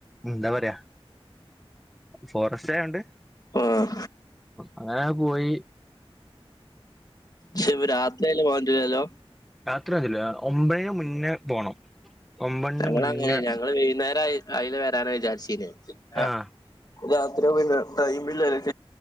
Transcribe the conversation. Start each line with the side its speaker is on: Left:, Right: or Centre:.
Centre: എന്താ പറയാ ഫോറസ്റ്റ് ആയൊണ്ട്
Left: ആഹ്
Centre: അങ്ങനെ പോയി
Left: ശരി രാത്രിയയിലെ പോവാൻ പറ്റൂലല്ലോ
Centre: യാത്രല്ല ഒമ്പണിൻ്റെ മുന്നേ പോണം ഒമ്പണിൻ്റ
Left: ഞങ്ങളങ്ങനെ
Centre: മുന്നേ
Left: ഞങ്ങള് വൈകുന്നേരം ആയി അയിലെ വരാന വിചാരിച്ചില്ലേ <unintelligible>
Centre: ആഹ്
Left: അത്ര പിന്നെ ടൈം ഇല്ലല്ലോ